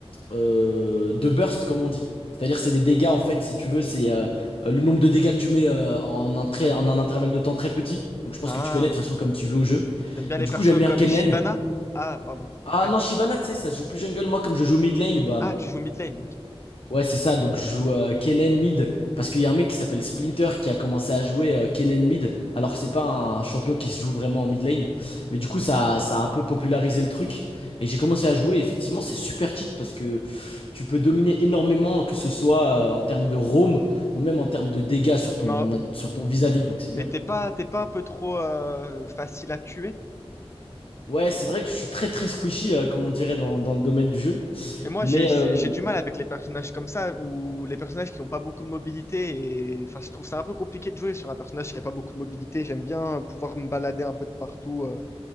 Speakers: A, on the left; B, on the left.
A: euh, de burst, comme on dit. C'est-à-dire, c'est des dégâts, en fait, si tu veux, c'est euh, le nombre de dégâts que tu mets euh, en un très en un intervalle de temps très petit. Donc, je pense
B: Ah,
A: que tu connais de toute façon comme tu joues au jeu.
B: t'aimes bien
A: Et
B: les
A: du
B: persos
A: coup, j'aime bien
B: comme
A: Kennen.
B: Shyvana? Ah, pardon.
A: Ah
B: Ouais.
A: non, Shyvana, tu sais, ça se joue plus jungle. Moi, comme je joue mid lane, bah.
B: Ah, tu joues mid lane. ok.
A: Ouais, c'est ça. Donc, je joue euh, Kennen mid parce qu'il y a un mec qui s'appelle Splinter qui a commencé à jouer euh, Kennen mid alors que c'est pas un champion qui se joue vraiment en mid lane. Mais du coup, ça, ça a un peu popularisé le truc et j'ai commencé à jouer. Et effectivement, c'est super cheat parce que tu peux dominer énormément, que ce soit euh, en termes de roam ou même en termes de dégâts sur
B: Mais,
A: ton, ad- sur ton vis-à-vis. Donc, c'est
B: mais
A: bien.
B: t'es pas, t'es pas un peu trop euh, facile à tuer?
A: Ouais, c'est vrai que je suis très très squishy, euh, comme on dirait dans, dans le domaine du jeu.
B: Mais moi,
A: Mais,
B: j'ai j'ai
A: euh,
B: du mal avec les personnages comme ça, ou les personnages qui n'ont pas beaucoup de mobilité. Et... Enfin, je trouve ça un peu compliqué de jouer sur un personnage qui n'a pas beaucoup de mobilité. J'aime bien euh, pouvoir me balader un peu de partout. euh.